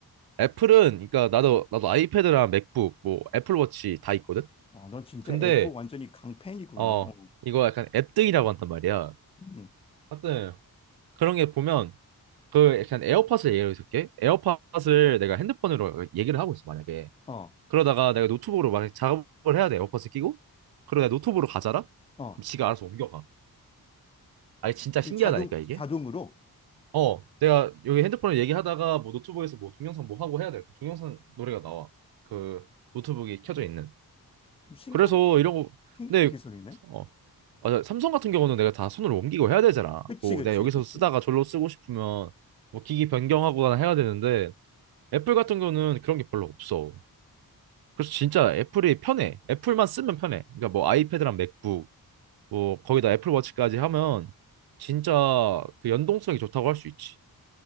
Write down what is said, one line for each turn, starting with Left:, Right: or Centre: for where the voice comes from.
Right: 애플은 그러니까 나도 나도 아이패드랑 맥북 뭐 애플워치 다 있거든.
Left: 아, 넌 진짜
Right: 근데
Left: 애플 완전히 강팬이구나.
Right: 어
Left: 어,
Right: 이거 약간 앱등이라고 한단 말이야.
Left: 음,
Right: 하여튼 그런 게 보면 그 약간 에어팟을 예로 들게. 에어팟을 내가 핸드폰으로 얘기를 하고 있어 만약에.
Left: 어,
Right: 그러다가 내가 노트북으로 막 작업을 해야 돼. 에어팟을 끼고. 그러다 노트북으로 가잖아?
Left: 어.
Right: 그럼 지가 알아서 옮겨가. 아니, 진짜 신기하다니까,
Left: 이 자동,
Right: 이게.
Left: 자동으로?
Right: 어, 내가 여기 핸드폰을 얘기하다가 뭐 노트북에서 뭐 동영상 뭐 하고 해야 돼. 그럼 동영상 노래가 나와. 그 노트북이 켜져 있는.
Left: 좀 신기한,
Right: 그래서 이런 거,
Left: 신기한
Right: 근데,
Left: 기술이네?
Right: 어, 맞아. 삼성 같은 경우는 내가 다 손으로 옮기고 해야 되잖아.
Left: 그치,
Right: 뭐
Left: 그치,
Right: 내가 여기서
Left: 그치.
Right: 쓰다가 절로 쓰고 싶으면 뭐 기기 변경하거나 해야 되는데 애플 같은 경우는 그런 게 별로 없어. 그래서 진짜 애플이 편해. 애플만 쓰면 편해. 그러니까 뭐 아이패드랑 맥북, 뭐 거기다 애플워치까지 하면 진짜 그 연동성이 좋다고 할 수 있지.